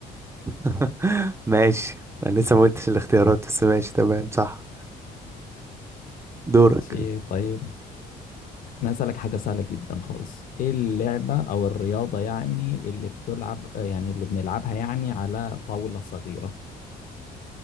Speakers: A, on the right (about 15°); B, on the left (about 55°).
A: <laughs> ماشي انا لسه ما قلتش الاختيارات بس ماشي تمام صح دورك
B: شيء طيب انا هسألك حاجة سهلة جدا خالص ايه اللعبة او الرياضة يعني اللي بتلعب يعني اللي بنلعبها يعني على طاولة صغيرة